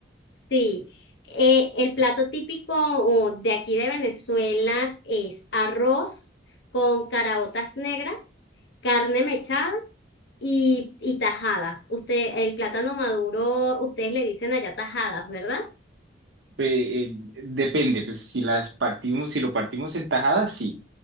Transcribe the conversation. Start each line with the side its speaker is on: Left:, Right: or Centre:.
Left: Sí, eh, el plato típico o, de aquí de Venezuela es arroz con caraotas negras, carne mechada Y, y tajadas. Usted, el plátano maduro, ustedes le dicen allá tajadas, ¿verdad?
Right: Pe- eh, depende, pues si las partimos, si lo partimos en tajadas, sí.